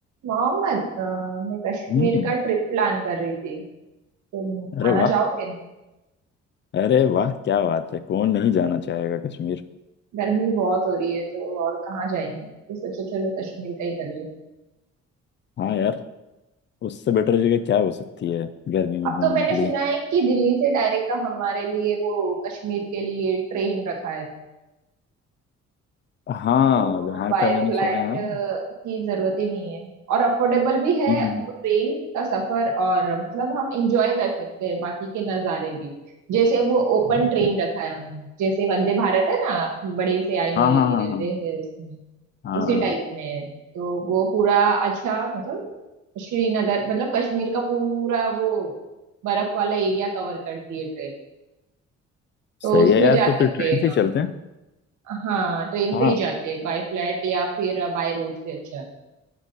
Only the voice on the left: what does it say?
हम्म
अरे
वाह
अरे वाह क्या बात है कौन नहीं जाना चाहेगा कश्मीर
हाँ यार उससे बेटर जगह क्या हो सकती है गर्मी में
घूमने
के
लिए
हाँ
वहाँ
का मैंने
सुना है
हम्म,
हम्म,
हम्म, बिल्कुल
हाँ हाँ
हाँ
हाँ
हाँ
सही
है यार
तो फिर
ट्रेन
से ही
चलते हैं
हाँ